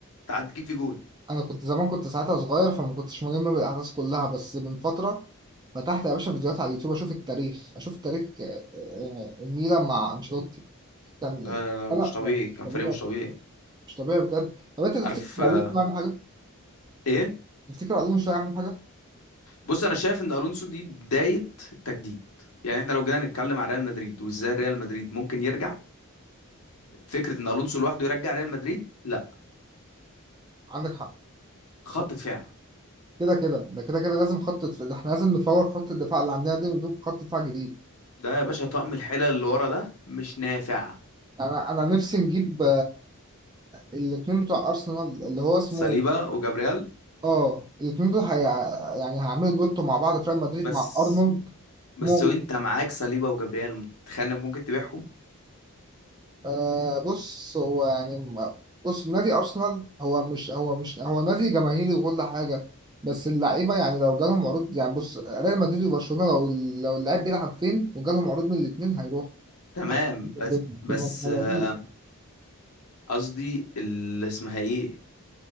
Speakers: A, on the left; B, on the right.
A: تعدي كيف في جون
B: انا كنت زمان كنت ساعتها صغير فما كنتش ملم بالاحداث كلها بس من فتره فتحت يا باشا فيديوهات على اليوتيوب اشوف التاريخ اشوف تاريخ آه، آه، الميلان مع انشيلوتي كان
A: لا لا لا
B: لا
A: مش طبيعي كان
B: مش طبيعي
A: فريق مش طبيعي
B: مش طبيعي بجد طب انت تفتكر
A: عارف
B: معلول
A: آه،
B: مش هيعمل حاجه
A: ايه
B: تفتكر معلول مش هيعمل حاجه
A: بص انا شايف ان الونسو دي بدايه التجديد يعني احنا لو جينا نتكلم عن ريال مدريد وازاي ريال مدريد ممكن يرجع فكره ان الونسو لوحده يرجع ريال مدريد لا
B: عندك حق صح.
A: خط دفاع
B: كده كده ده كده كده لازم خط دف- ده احنا لازم نفور خط الدفاع اللي عندنا دي ونجيب خط دفاع جديد
A: ده يا باشا طقم الحلل اللي ورا ده مش نافع
B: انا انا نفسي نجيب الاثنين بتوع ارسنال اللي هو اسمه
A: صليبا وجابريال
B: اه الاتنين دول هي... يعني هيعملوا دويتو مع بعض في ريال مدريد
A: بس
B: مع ارنولد
A: بس
B: مو
A: وانت معاك صليبا وجابريال تخيل إنك ممكن تبيعهم
B: آه بص هو يعني م- بص نادي ارسنال هو مش هو مش هو نادي جماهيري وكل حاجه بس اللعيبه يعني لو جالهم عروض يعني بص ريال مدريد وبرشلونه لو لو اللعيب بيلعب فين وجالهم عروض من الاثنين هيروح
A: تمام
B: حتى <laughs>
A: بس
B: ب-
A: بس
B: بمبلغ-
A: آه، قصدي اللي اسمها ايه